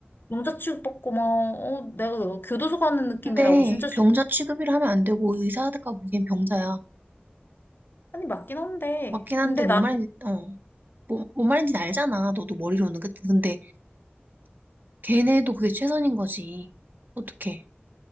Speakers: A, on the left; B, on the right.
A: 영자 취급받고 막 어 내가 내가 교도소 가는 느낌이라고
B: 근데
A: 진짜 싫어.
B: 병자 취급이라 하면 안 되고 의사가 보기엔 병자야.
A: 아니, 맞긴 한데.
B: 맞긴 한데
A: 근데
B: 뭔
A: 나는
B: 말인지, 어. 뭐, 뭔 말인지 알잖아. 너도 머리로는. 그치? 근데 걔네도 그게 최선인 거지. 어떡해.